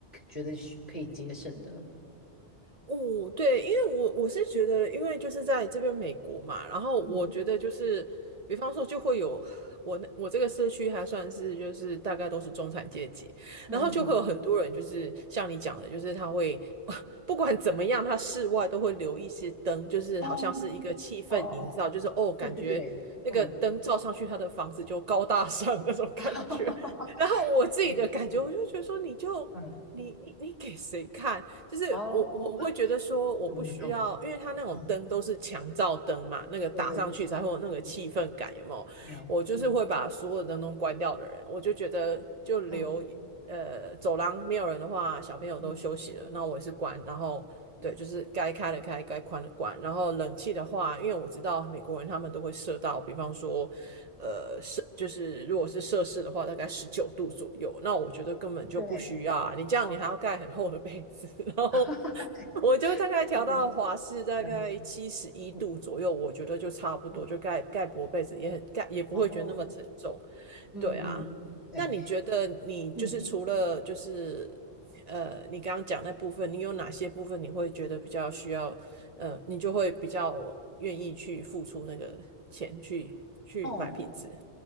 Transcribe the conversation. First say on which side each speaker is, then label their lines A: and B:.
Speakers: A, on the right; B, on the right.
A: 觉得是可以节省的？
B: 哦，对，因为我我是觉得，因为就是在这边美国嘛，然后我觉得就是，
A: 嗯
B: 比方说就会有我那我这个社区还算是就是大概都是中产阶级，
A: 嗯嗯嗯，
B: 然后就会有很多人就是像你讲的，就是他会 <laughs> 不管怎么样，他室外都会留一些灯，就是好像是一个气氛营造，
A: 哦哦哦哦，
B: 就是哦，感觉那个灯照上去，
A: 对对对，嗯，
B: 他的房子就高大上那种感觉。
A: <laughs>
B: 然后我自己的感觉，
A: 对，嗯
B: 我就觉得说，你就你你你给谁看？
A: 嗯，
B: 就是我我会觉得说，
A: 哦，我懂，
B: 我不需要，因为它那种灯都是强照灯嘛，
A: 嗯，
B: 那个打上去才会有那个气氛感，
A: 对对对，嗯，
B: 有没有？
A: 对，
B: 我就是会把所有的灯都关掉的人，
A: 嗯
B: 我就觉得就留呃走廊没有人的话，
A: 嗯
B: 小朋友都休息了，
A: 嗯
B: 那我也是关，然后对，
A: 嗯
B: 就是该开的开，该关的关。然后冷气的话，因为我知道美国人他们都会设到，比方说，呃，就是如果是摄氏的话，大概十九度左右。那我觉得根本就不需要啊，
A: 嗯，对，
B: 你这样你还要盖很厚的被子，
A: 哦，
B: 然后。
A: <laughs>
B: 我就大概调到华氏大概七十一度左右，
A: 对对，嗯嗯
B: 我觉得就差不多，
A: 嗯，
B: 就盖盖薄被子也很盖，也不会觉得那么沉重。
A: 哦，嗯嗯，
B: 对啊，
A: 对，
B: 那你觉得你就是除了就是呃，
A: 嗯，
B: 你刚刚讲那部分，你有哪些部分你会觉得比较需要呃，你就会比较愿意去付出那个钱去去买品质？
A: 哦，